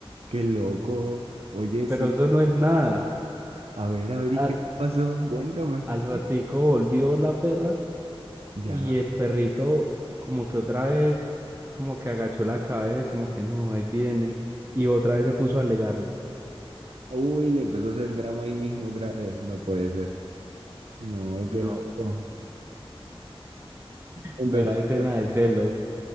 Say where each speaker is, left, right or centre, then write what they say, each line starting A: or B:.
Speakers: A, on the right (about 85°); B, on the right (about 25°).
A: qué loco. Oye,
B: Pero
A: sí,
B: eso no es nada.
A: a ver, a ver, ¿y
B: A-
A: qué pasó? Cuéntame,
B: al
A: ¿qué?
B: ratico volvió la perra
A: ya
B: y el perrito como que otra vez, como que agachó la cabeza y como que no, ahí viene. Y otra vez se puso a alegarle.
A: Uy, le empezó a hacer drama ahí mismo otra vez. No puede ser. No,
B: No,
A: qué loco. Empezó
B: mera
A: a hacer
B: escena
A: drama.
B: de celos,
A: <laughs>